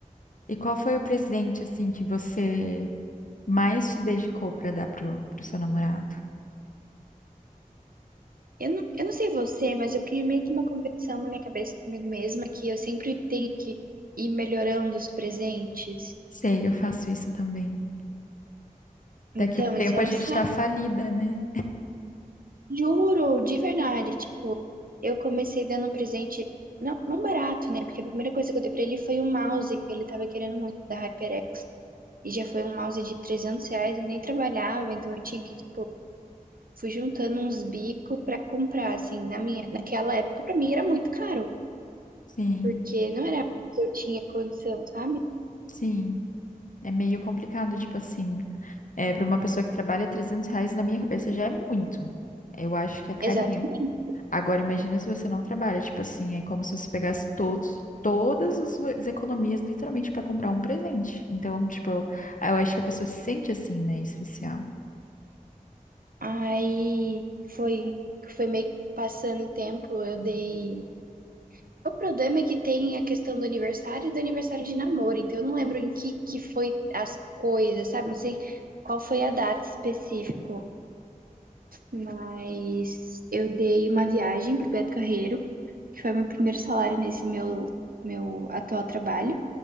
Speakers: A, on the left (about 65°); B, on the right (about 80°).
A: e qual foi o presente assim que você mais se dedicou para dar pro, pro seu namorado.
B: eu não, eu não sei você, mas eu criei meio que uma competição na minha cabeça comigo mesma, que eu sempre tenho que ir melhorando os presentes.
A: Sei, eu faço isso também.
B: Então,
A: Daqui a um tempo
B: isso é
A: a
B: um
A: gente
B: saco,
A: tá falida, né?
B: juro, de verdade. Eu comecei dando um presente, não, não barato, né? Porque a primeira coisa que eu dei pra ele foi um mouse que ele tava querendo muito da HyperX. E já foi um mouse de 300 reais, eu nem trabalhava, então eu tinha que, tipo, fui juntando uns bicos pra comprar, assim, na minha, naquela época pra mim era muito caro,
A: Sim,
B: porque não era que eu tinha condição, sabe?
A: sim. É meio complicado, tipo assim. É, para uma pessoa que trabalha 300 reais, na minha cabeça já é muito. Eu acho que é carinho.
B: Exatamente.
A: Agora, imagina se você não trabalha, tipo assim, é como se você pegasse todos, todas as vo- as economias, literalmente, para comprar um presente. Então, tipo, eu acho que a pessoa se sente assim, né? Especial.
B: Aí foi, foi meio que passando o tempo, eu dei O problema é que tem a questão do aniversário e do aniversário de namoro, então eu não lembro em que que foi as coisas, sabe? Não sei qual foi a data específica, mas eu dei uma viagem pro Beto Carreiro, que foi meu primeiro salário nesse meu meu atual trabalho.